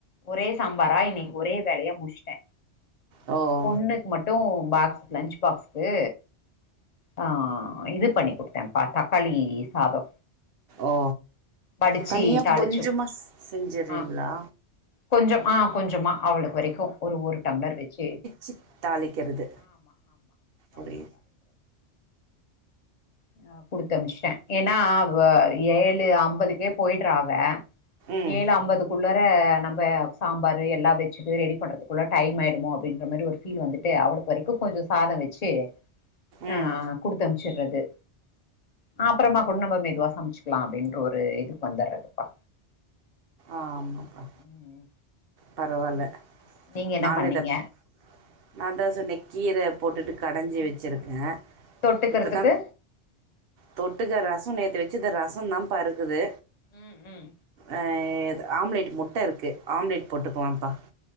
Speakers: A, on the left (about 50°); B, on the right (about 60°).
A: ஒரே சாம்பாரா இன்னக்கி ஒரே வேலயா முடுச்ட்டே
B: ஓ
A: ண்ணுக்கு மட்டூ பாக்ஸ் லன்ச் பாக்ஸுக்கு ஆ இது பண்ணி குடுத்தேன்ப்பா தக்காளி சாதோ
B: ஓ
A: வடிச்சு
B: தனியா
A: தாளிச்சு
B: கொஞ்சமா செஞ்சறீங்ளா
A: ஆ கொஞ்சம் ஆ கொஞ்சமா அவளுக்கு வெரைக்கு ஒரு ஒரு டம்ளர் வெச்
B: சு தாளிக்கிறது ஒரே
A: அ அ குடுத்து அம்ஷ்ட்டே ஏனா அவ ஏழு அம்பதுக்கே போய்ட்றா அவ
B: ம்
A: ஏழு அம்பதுக் குள்ளற நம்ப சாம்பாரு எல்லா வெச்சுட்டு ரெடி பண்ணுறதுக்குள்ள டைம் ஆய்டுமோ அப்டின்ற மாரி ஒரு ஃபீல வந்துட்டு அவளுக்கு வரைக்கு கொஞ்சோ சாதோ வெச்சு ஆ
B: ம்
A: குடுத்து அம்சுற்றது அ அப்றமா கூட் நம்ப மெதுவா சம்ச்சுக்லா அப்டின்ற ஒரு இதுக்கு வந்தற்றதுப்பா
B: ஆமாப்பா
A: ம்
B: பரவால
A: நீ நீங்க என்ன
B: நான்தா
A: பண்ணீங்க
B: டெப் நாந்தா சொன்ன கீர போட்டுட்டு கடஞ்சு
A: ம்
B: வெச்சிருக்கே
A: ம் ம் தொட்டுக்கிறதுக்கு
B: இப்பதா தொட்டுக்க ரசோ நேத்து வெச்சுது ரசந்தான்பாருக்கிது
A: ம் ம்
B: அ ஆம்லேடுக் முட்ட இருக்கு ஆம்ப்லேட் போட்டுக்குவம்ப்பா